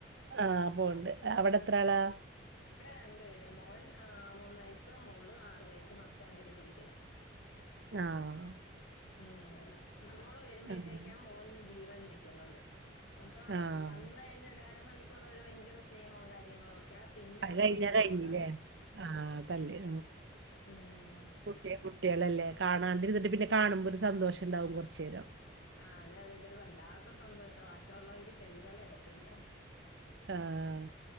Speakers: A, on the right; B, on the left.
A: ആഹ് പോവ്ണ്ട് അവിടെ എത്ര ആളാ?
B: ഇവിടെ രണ്ടു പേര്. മോൻ ആഹ് മൂന്ന് വയസ്സ്. മോള് ആറ് വയസ്സ്. ഫസ്റ്റ് സ്റ്റാൻഡേർഡിൽ പഠിക്കുന്നു.
A: ആഹ്
B: ഉം മോള് വരുമ്പോഴത്തേക്കാ
A: ആഹ്
B: മോൻ ജീവൻ വെക്കുന്നത് അപ്പ
A: ആഹ്
B: വന്നഴിഞ്ഞാ ഒരു അരമണിക്കൂർ അവര് ഭയങ്കര സ്നേഹവും കാര്യങ്ങളും ഒ ക്കാ. പിന്നെ
A: അത്
B: അങ്ങോട്ട്
A: കഴിഞ്ഞാ കഴിഞ്ഞില്ലേ
B: തുടങ്ങും.
A: ആഹ് അതല്ലേ
B: ഉം
A: ട്ട്യാ കുട്ടികളല്ലേ. കാണാണ്ട് ഇരുന്നിട്ട് പിന്നെ കാണുമ്പോ ഒരു സന്തോഷണ്ടാവും കുറച്ചു നേരം.
B: ആഹ് അതെ അതെ. ഇതൊരു വല്ലാത്ത സന്തോഷാ വാ ഉള്ളോങ്കി ചെവിതലരത്തില്ല.
A: ആഹ്